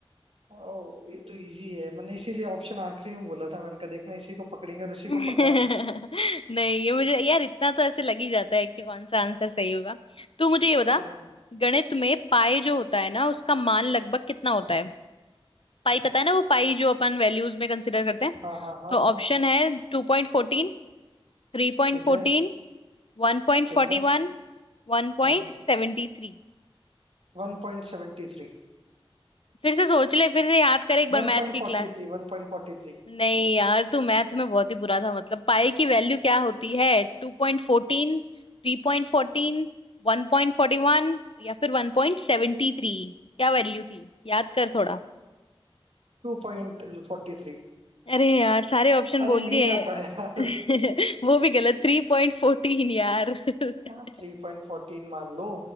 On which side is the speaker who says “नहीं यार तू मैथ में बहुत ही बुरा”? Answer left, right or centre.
Left